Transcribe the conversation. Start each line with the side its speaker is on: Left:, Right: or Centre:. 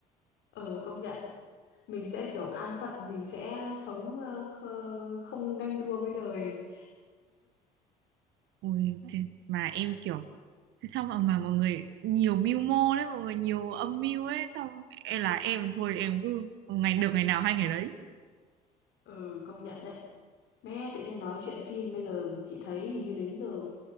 Left: Ờ công nhận Mình sẽ kiểu an phận Mình sẽ sống ờ, khờ- không ganh đua với đời
Right: ôi thì, mà em kiểu thế sao mà, mà mọi người nhiều mưu mô đấy mọi người nhiều âm mưu ấy xong em là em thôi em cứ ngày được ngày nào hay ngày đấy
Left: Ờ công nhận đấy Mẹ tự nhiên nói chuyện phim bây giờ chị thấy hình như đến giờ